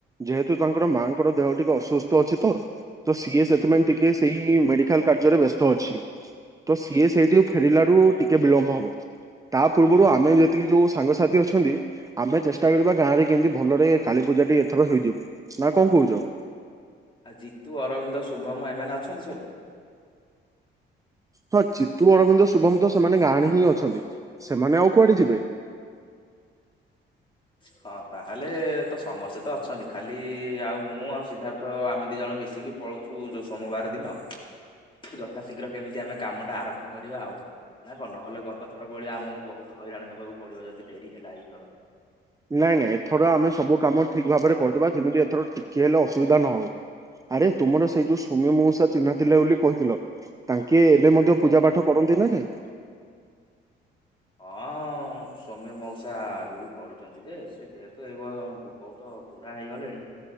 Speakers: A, on the right; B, on the left.
A: ଯେହେତୁ ତାଙ୍କର ମାଙ୍କର ଦେହ ଟିକେ ଅସୁସ୍ଥ ଅଛି ତ ସିଏ ସେଥିପାଇଁ ଟିକେ ସେଇ ମେଡିକାଲ କାର୍ଯ୍ୟରେ ବ୍ୟସ୍ତ ଅଛି, ତ ସିଏ ସେଇଠିୁ ଫେରିଲାରୁ ଟିକେ ବିଳମ୍ବ ହବ। ତା ପୂର୍ବରୁ ଆମେ ଯେତିକି ଯୋଉ ସାଙ୍ଗସାଥି ଅଛନ୍ତି ଆମେ ଚେଷ୍ଟା କରିବା ଗାଁରେ କେମିତି ଭଲରେ କଳୀପୂଜାଟି ଏଥର ହେଇଯାଇ। ନା କଣ କହୁଛ।
B: ଆଉ ଜିତୁ ଅରବିନ୍ଦ ଶୁଭମ ଏମାନେ ଅଛନ୍ତି ସବୁ।
A: ହଁ ଜିତୁ ଅରବିନ୍ଦ ଶୁଭମ ତ ସେମାନେ ଗାଁରେ ହିଁ ଅଛ ଅଛନ୍ତି ସେମାନେ ଆଉ କୁଆଡେ ଯିବେ।
B: ହଁ ତାହେଲେ ତ ସମସ୍ତେ ତ ଅଛନ୍ତି ଖାଲି ଆଉ ମୁଁ ଆଉ ସିଦ୍ଧାର୍ଥ ଆମେ ଦୁଇଜଣ ମିଶିକି। <unintelligible> ଯୋଉ ସୋମବାର ଦିନ। ଯଥାଶୀଘ୍ର କେମିତି ଆମେ କାମ ଟା ଆରମ୍ଭ କରିବା ନା କଣ ନହେଲେ ଗତ ଥର ଭଳିଆ ଆମକୁ ବୋହୁତ ହଇରାଣ ହେବାକୁ ପଡିବ ଯଦି ଡେରି ହେଲା ଏଇଥର।
A: ନାଇଁ ନାଇଁ ଏଥର ଆମେ ସବୁ କାମ ଠିକ ଭାବରେ କରିଦବା ଯେମିତି ଏଥର ଟିକିଏ ହେଲେ ଅସୁବିଧା ନହଉ। ଆରେ ତୁମର ସେଇ ଯୋଉ ସୌମ୍ୟ ମଉଷା ଚିହ୍ନା ଥିଲେ ବୋଲି କହିଥିଲ। ତାଙ୍କେ ଏବେ ମଧ୍ୟ ପୂଜା ପାଠ କରନ୍ତି ନା ନାଇଁ?
B: ହଁ ସୌମ୍ୟ ମଉସା ଏବେ ବି କରୁଛନ୍ତି। ଯେ ସେ ଯେହେତୁ ଏବେ ବହୁତ ବୁଢା ହେଇଗଲେଣି।